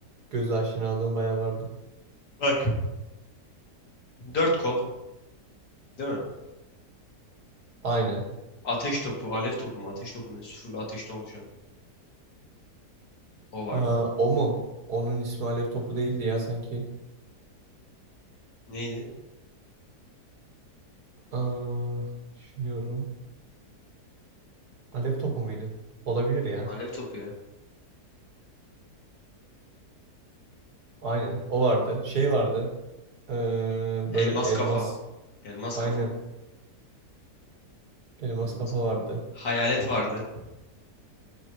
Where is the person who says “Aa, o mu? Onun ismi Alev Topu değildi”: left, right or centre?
Right